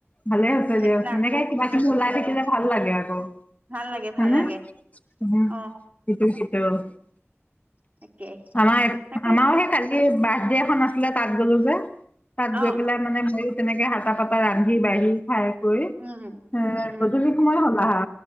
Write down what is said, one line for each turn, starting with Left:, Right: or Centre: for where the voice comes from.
Left: ভালে হৈছে
Right: খাই
Left: দিয়ক
Right: পেলাই
Left: তেনেকে
Right: আকৌ
Left: কিবা-কিবি
Right: উম
Left: ওলাই থাকিলে ভাল লাগে আকৌ।
Right: ভাল লাগে
Left: হয়নে
Right: ভাল লাগে
Left: <unintelligible>
Right: অ তাকে
Left: আমাৰ এ
Right: তাকে
Left: আমাৰও হে কালি এই বাৰ্থডে এখন আছিলে তাত গ'লো যে তাত
Right: অ
Left: গৈ পেলাই মানে হেই তেনেকে হাতা পাতা ৰান্ধি বাঢ়ি খাই কৰি
Right: উম
Left: এ
Right: উম
Left: গধূলি সময় হ'ল আহা।